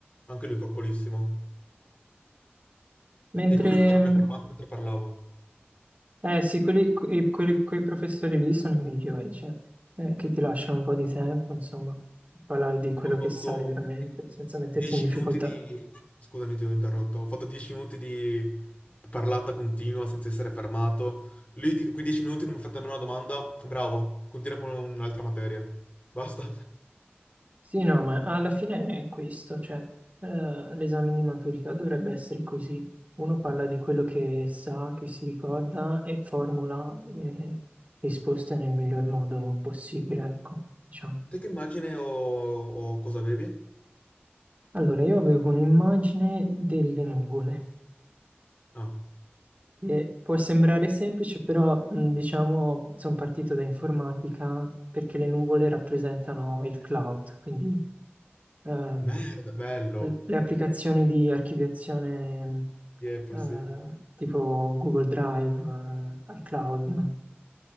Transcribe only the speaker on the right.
mentre,
mh,
eh sì, quelli, que- quelli- quei professori lì sono i migliori, cioè, eh, che ti lasciano un po' di tempo, insomma, parlare di quello
che sai veramente, senza metterti
in difficoltà.
Sì, no, ma alla fine è questo, cioè eh, l'esame di maturità dovrebbe essere così. Uno parla
di quello che sa, che si ricorda e formula le risposte nel miglior modo possibile, ecco, diciamo.
Allora, io avevo un'immagine delle nuvole,
che può sembrare semplice, però mh, diciamo sono partito da informatica perché le nuvole rappresentano il cloud, quindi ehm,
l- le applicazioni di archiviazione
eh,
tipo Google Drive, eh, iCloud.